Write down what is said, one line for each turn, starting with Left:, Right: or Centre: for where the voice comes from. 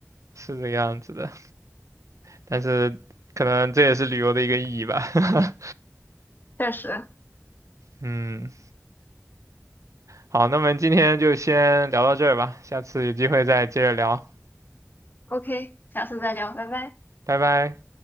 Right: 是这个样子的。但是可能这也是旅游的一个意义吧。<laughs>
Left: 确实。
Right: 嗯，好，那么今天就先聊到这儿吧，下次有机会再接着聊，
Left: OK，下次再聊，拜拜。
Right: 拜拜。